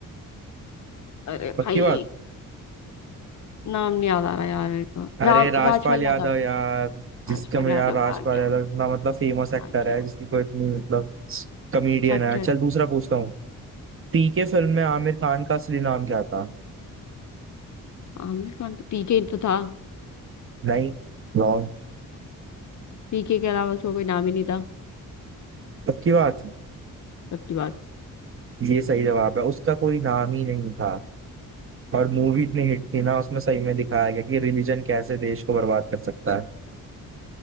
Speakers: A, on the left; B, on the right.
A: अरे
B: पक्की
A: भाई
B: बात
A: नाम नहीं याद आ रहा यार मेरे को
B: अरे
A: रा,
B: राजपाल
A: राजपाल
B: यादव
A: यादव
B: यार जिसका
A: राजपाल
B: मैं
A: यादव
B: यार राजपाल
A: आ गया
B: यादव इतना मतलब फेमस एक्टर
A: आ
B: है
A: गया
B: जिसकी कोई इतनी मतलब कॉमेडियन
A: अच्छा
B: है चल
A: अच्छा
B: दूसरा पूछता हूँ पीके फिल्म में आमिर खान का असली नाम क्या था
A: आमिर खान तो पीके तो था
B: नहीं रॉन्ग
A: पीके के अलावा उसका कोई नाम ही नहीं था
B: पक्की बात
A: सच्ची बात
B: ये सही जवाब है उसका कोई नाम ही नहीं था और मूवी इतनी हिट थी ना उसमें सही में दिखाया गया कि रिलीजन कैसे देश को बर्बाद कर सकता है